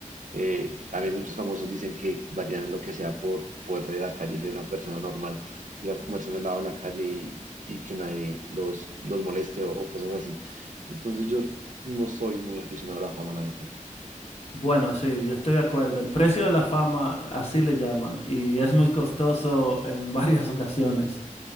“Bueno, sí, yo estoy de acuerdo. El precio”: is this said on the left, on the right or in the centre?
Left